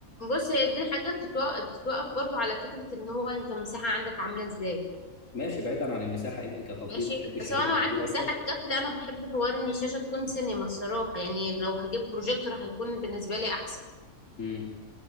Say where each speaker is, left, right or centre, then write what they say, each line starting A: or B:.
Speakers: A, on the left (about 80°); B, on the left (about 60°).
A: بص هي دي حاجه بتتوقف, بتتوقف برضو على فكره ان هو انت المساحه عندك عامله ازاي
B: ماشي بعيدا عن المساحة أنت كتفضيل
A: ماشي
B: بتحب الشاشات
A: بس هو انا
B: الكبيرة
A: لو عندي مساحه
B: أكتر
A: تكفي لا انا بحب حوار ان الشاشه تكون سينما الصراحه يعني لو هجيب بروجيكتور هيكون بالنسبه لي احسن
B: امم